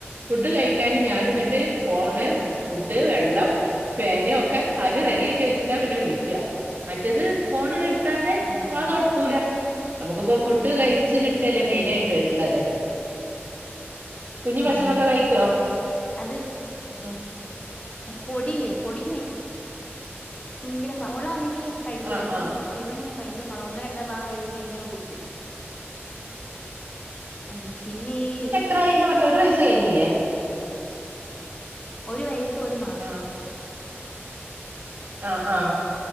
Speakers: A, on the right; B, on the left.
A: ഫുഡ് കഴിക്കാന്
B: ഉം
A: ഞാൻ
B: ഉം
A: ന്നട്ട് ഫോണ് ഫുഡ് വെള്ളം ഫാന് ഒക്കെ ആദ്യ റെഡി ആക്കി വെച്ചിട്ടാ പിന്നെ വിളിക്കാ മറ്റത് ഫോണ് കിട്ടാതെ
B: ആഹാ
A: വാ തൊർക്കൂല നമുക്കിപ്പോ ഫുഡ് കഴിച്ച കിട്ട ട്ടല്ലേ മെയിനായിട്ട്
B: ഉം
A: ഇള്ളതെ കുഞ്ഞു ഭക്ഷണോക്കെ
B: ആഹ് ആഹ്
A: കഴിക്കോ
B: അത്
A: ഉം ഉം
B: പൊടി പൊടിക്ക് ഭയങ്കര പള മോളാന്നെങ്കി കഴിക്കുവായിരുന്നു
A: ആഹ് ആഹ്
B: പഷെ ഇവന് ഭയങ്കര പട ഒന്നോ രണ്ടോ ഭാഗം കഴിച്ചഴിഞ്ഞാ പിന്ന അങ്ങ് തുപ്പു ആ പിന്നെ ഈ
A: എന്ന് പറഞ്ഞ ഒരു വയസ് കഴിഞ്ഞില്ലേ
B: ഒരു വയസ്സും ഒരു മാസും
A: ആഹ് ആഹ് ആഹ്